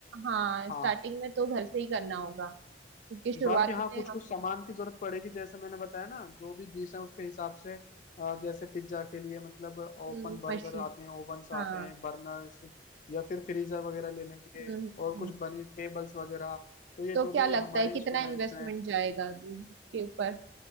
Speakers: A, on the right; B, on the left.
A: हाँ स्टार्टिंग
B: हाँ
A: में तो घर से ही करना होगा क्योंकि शुरुआत
B: बाकी हाँ
A: में
B: कुछ
A: हम
B: कुछ सामान की जरूरत पड़ेगी जैसे मैंने बताया ना जो भी डिश है उसके हिसाब से अ, जैसे पिज्जा के लिए मतलब ओपन
A: हम्म,
B: बर्गर
A: मशीन
B: आते हैं ओवन्स आते
A: हाँ
B: हैं बर्नर्स या फिर फ्रीजर वगैरह ले लेंगे
A: हम्म हम्म,
B: और कुछ
A: हम्म।
B: बनी टेबल्स वगैरह तो ये
A: तो
B: जो
A: क्या
B: भी
A: लगता
B: हमारे
A: है कितना
B: इंस्ट्रूमेंट्स
A: इन्वेस्टमेंट
B: हैं
A: जाएगा इसके ऊपर